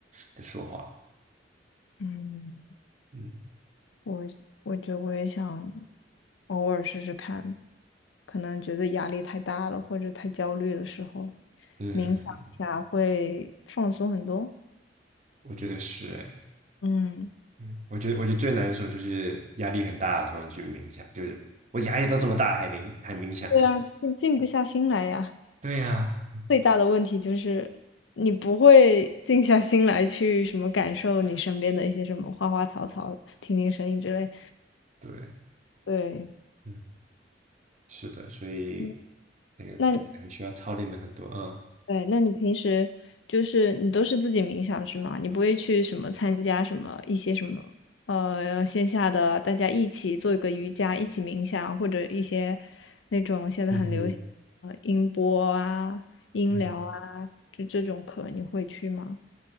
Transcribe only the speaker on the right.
的说话。
嗯
嗯，
嗯我觉得是哎，
嗯，我觉得我觉得最难的时候就是压力很大的时候，你去冥想，就是我压力都这么大还冥还冥想。
<laughs>
对呀，
<laughs> 对，
嗯。是的，所以
这个可能需要操练的很多啊。
嗯哼，
嗯